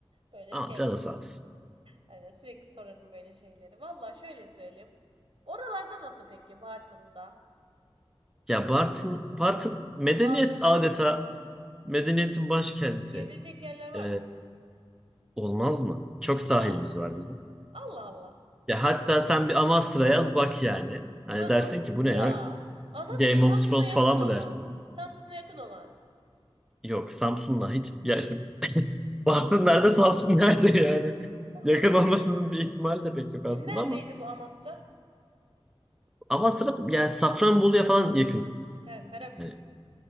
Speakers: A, on the right; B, in the centre.
A: böyle
B: Ama
A: şey.
B: canı sağ olsun.
A: Hani sürekli sorarım böyle şeyleri. Valla şöyle söyleyeyim. Oralarda nasıl peki Bartın'da?
B: Ya Bartın, Bartın medeniyet
A: Doğal güzellik.
B: adeta medeniyetin başkenti.
A: Gezilecek yerler var
B: Ee,
A: mı?
B: olmaz mı? Çok sahilimiz
A: Ya
B: var bizim.
A: Allah Allah.
B: Ya hatta sen bir Amasra yaz bak yani. Hani
A: Ha
B: dersin
A: Amasra.
B: ki bu ne ya?
A: Amasra
B: Game
A: Samsun'a
B: of Thrones
A: yakın
B: falan
A: olan.
B: mı dersin?
A: Samsun'a yakın olan.
B: Yok Samsun'la hiç ya işte Bartın nerede Samsun nerede yani?
A: Allah
B: Yakın
A: Allah.
B: olmasının bir
A: Amasra.
B: ihtimali de pek yok aslında
A: E neredeydi
B: ama
A: bu Amasra?
B: Amasra yani Safranbolu'ya falan yakın.
A: He Karabük.
B: hani.